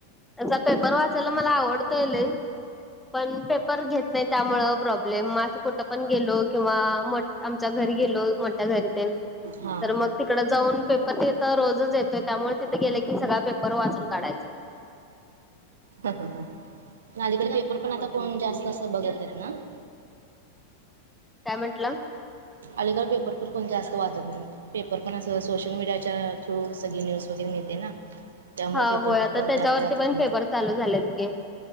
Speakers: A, in the centre; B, on the right (about 65°).
A: पेपर वाचायला मला आवडतय लई पण पेपर घेत नाही त्यामुळे प्रॉब्लेम मग कुठं पण गेलो किंवा आमच्या घरी गेलो मोठ्या घरी तेन
B: हा.
A: तिकड जाऊन पेपर तिथं रोजच येतोय त्यामुळे तिथं गेले की सगळा पेपर वाचून काढायचा.
B: ह ह ह अलीकडे पेपर पण आता कोण जास्त अस बघत नाही ना.
A: काय म्हंटला?
B: अलीकड पेपर प कोणी जास्त वाचत नाही. पेपर पण अस सोशल मीडियाच्या थ्रू सगळी न्यूज वगैरे मिळते ना. त्यामुळे
A: हा
B: पेपर
A: व्हय
B: पण
A: आता
B: कोण
A: त्याच्यावरती
B: जास्त वाचत
A: पण
B: नाहीत.
A: पेपर चालू झाल्यात की.